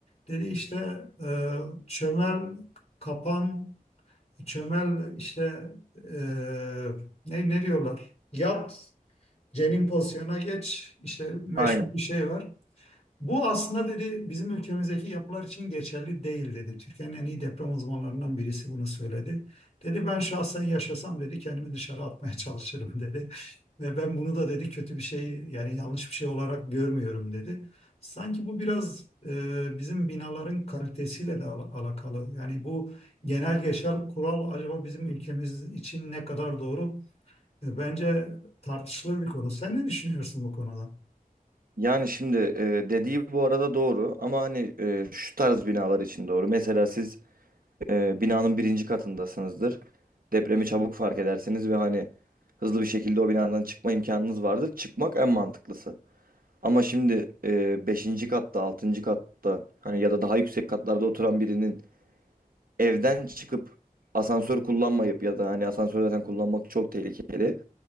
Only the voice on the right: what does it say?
Aynen.
Yani şimdi e, dediği bu arada doğru ama hani e, şu tarz binalar için doğru. Mesela siz e, binanın birinci katındasınızdır. Depremi çabuk fark edersiniz ve hani hızlı bir şekilde o binadan çıkma imkanınız vardır. Çıkmak en mantıklısı. Ama şimdi e, 5. katta, 6. katta hani ya da daha yüksek katlarda oturan birinin evden çıkıp asansör kullanmayıp ya da hani asansör zaten kullanmak çok tehlikeli.